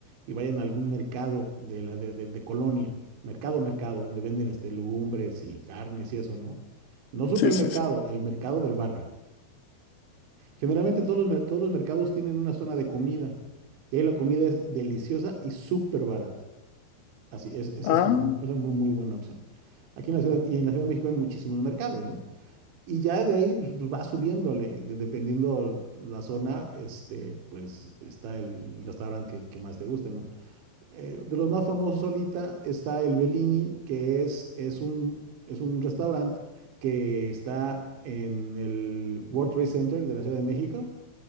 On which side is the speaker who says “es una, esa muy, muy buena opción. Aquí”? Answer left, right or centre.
Right